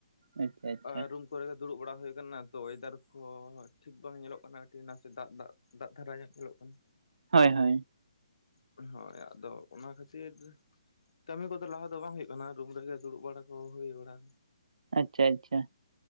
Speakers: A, on the right; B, on the left.
A: ᱟᱪᱪᱷᱟ ᱟᱪᱪᱷᱟ
B: ᱟᱨ ᱨᱩᱢ ᱠᱚᱨᱮ ᱜᱮ ᱫᱩᱲᱩᱵ ᱵᱟᱲᱟ ᱦᱩᱭ ᱠᱟᱱᱟ ᱛᱚ ᱚᱭᱮᱫᱟᱨ ᱠᱚᱦᱚᱸ ᱴᱷᱤᱠ ᱵᱟᱝ ᱧᱮᱞᱚᱜ ᱠᱟᱱᱟ ᱠᱟᱹᱴᱤ ᱱᱟᱥᱮ ᱫᱟᱜ ᱫᱟᱜ ᱫᱟᱜ ᱫᱷᱟᱨᱟ ᱧᱚᱜ ᱧᱮᱞᱚᱜ ᱠᱟᱱᱟ᱾
A: ᱦᱳᱭ ᱦᱳᱭ᱾
B: ᱦᱳᱭ ᱟᱫᱚ ᱚᱱᱟ ᱠᱷᱟᱹᱛᱤᱨ ᱠᱟᱹᱢᱤ ᱠᱚᱫᱚ ᱞᱟᱦᱟ ᱫᱚ ᱵᱟᱝ ᱦᱩᱭᱩᱜ ᱠᱟᱱᱟ ᱨᱩᱢ ᱨᱮᱜᱮ ᱫᱩᱲᱩᱵ ᱵᱟᱲᱟ ᱦᱚ ᱦᱩᱭ ᱵᱟᱲᱟᱜ
A: ᱟᱪᱷᱟ ᱟᱪᱷᱟ,